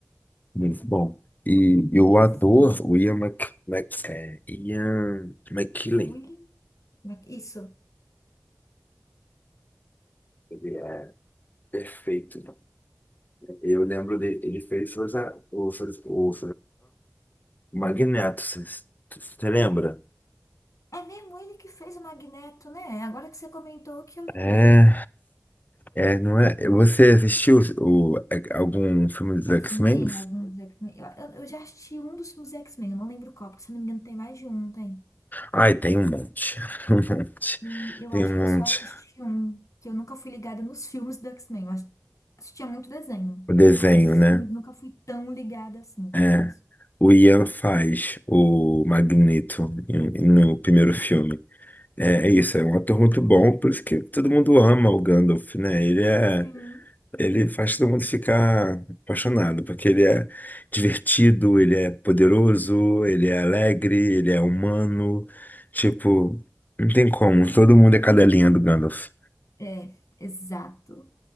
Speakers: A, on the left (about 35°); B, on the left (about 85°).
A: Muito bom. E, e o ator,
B: Sim.
A: o Ian, Mc, Mc- é, Ian McKellen,
B: Willy. Ma- Isso.
A: ele é perfeito. Eu lembro dele, ele fez Forza- o, Forza- o, o Magneto, você lembra?
B: É mesmo ele que fez o Magneto, né? Agora que você comentou que eu lembrei.
A: É. É, não é? Você assistiu o, a- algum filme dos
B: X-Men,
A: X-Men?
B: alguns X-Men. Eu, eu- eu já assisti um dos filmes X-Men, eu não lembro qual, porque se eu não me engano tem mais de um, tem.
A: Ai, tem um monte. <laughs> Um monte.
B: E eu
A: Tem
B: acho
A: um
B: que
A: monte.
B: eu só assisti um, que eu nunca fui ligada nos filmes do X-Men. Eu ass- assistia muito desenho,
A: O desenho,
B: mas os
A: né?
B: filmes nunca fui tão ligada assim, confesso.
A: É, o Ian faz o Magneto em- no primeiro filme. É, é isso, é um ator muito bom, por isso que todo mundo ama o Gandalf, né? Ele é,
B: Sim.
A: ele faz todo mundo ficar apaixonado, porque ele é divertido, ele é poderoso, ele é alegre, ele é humano. Tipo, não tem como, todo mundo é cadelinha do Gandalf.
B: É, exato.